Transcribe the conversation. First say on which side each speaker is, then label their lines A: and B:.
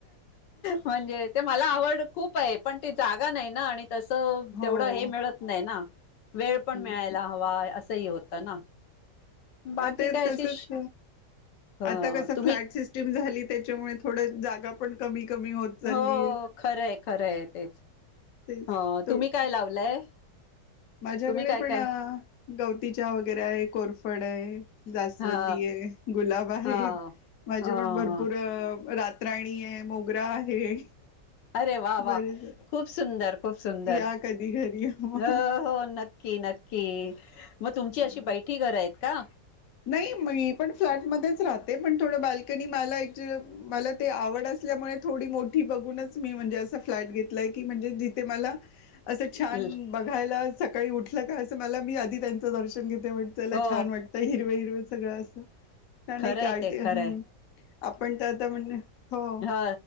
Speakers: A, on the left; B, on the left.
A: म्हणजे ते मला आवड खूप <unintelligible> पण ते जागा नाही ना आणि तसं
B: हो
A: तेवढं हे मिळत ना वेळ
B: हम्म.
A: पण मिळायला हवा असंही होतं ना? बाकी
B: आता हे
A: काय
B: तसच
A: अशी ह
B: आता कसं
A: तुम्ही
B: फ्लॅट सिस्टम झाली त्याच्यामुळे थोडं जागा पण कमी कमी होत चाललीय
A: हो खरंय खरंय तेच
B: तेच
A: हो
B: थो-
A: तुम्ही काय लावलंय?
B: माझ्याकडे
A: तुम्ही काय
B: पण
A: काय
B: गवती चहा वगैरे आहे, कोरफड आहे. <unintelligible> जास्वंदी
A: हा
B: हे, गुलाब आहे
A: हा
B: माझे
A: ह ह
B: पण भरपूर रात तराणी आहे मोगरा आहे.
A: अरे वा वा,
B: बरेच
A: खूप सुंदर खूप सुंदर
B: या कधी घरी मग
A: अ हो नक्की नक्की म तुमची
B: हा.
A: अशी बैठी घर आहेत का?
B: नाही मी पण फ्लॅटमध्येच राहते, पण थोडं बाल्कनी मला-मला ते आवड असल्यामुळे थोडी मोठी बघूनच मी म्हणजे, अस फ्लॅट घेतलाय. की म्हणजे जिथे मला. असं छान
A: ल-
B: बघायला. सकाळी उठलं का. असं मला मी आधी त्यांचं दर्शन घेते. ते उठल्यावर
A: हो
B: छान वाटत. हिरवे-हिरवें सगळं असं.
A: खरंय
B: एक आर्ट
A: ते खरंय
B: हं आपण तर आता म्हणजे हो.
A: हा